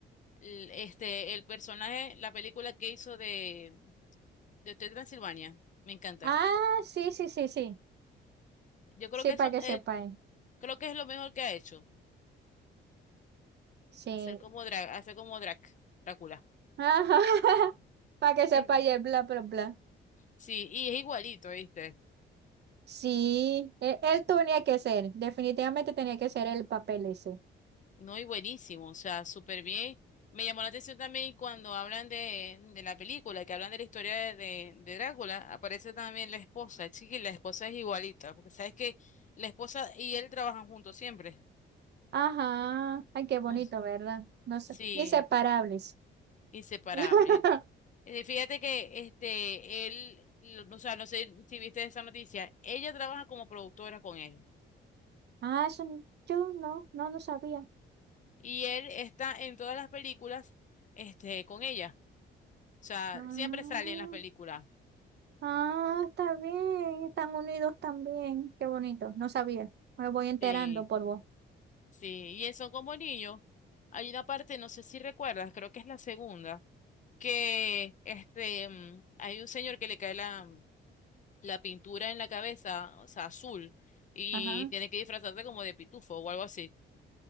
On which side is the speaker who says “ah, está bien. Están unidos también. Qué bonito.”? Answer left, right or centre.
Right